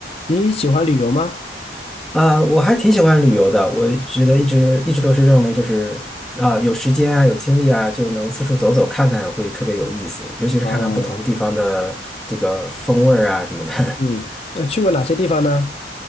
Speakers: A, on the left; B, in the centre.
A: 你喜欢旅游吗？
B: 呃，我还挺喜欢旅游的，我觉得一直一直都是认为就是啊、有时间啊，有精力啊，就能四处走走看看，会特别有意思，尤其是看看不同地方的这个风味儿啊什么的。
A: 哦，
B: <laughs>
A: 嗯，那去过哪些地方呢？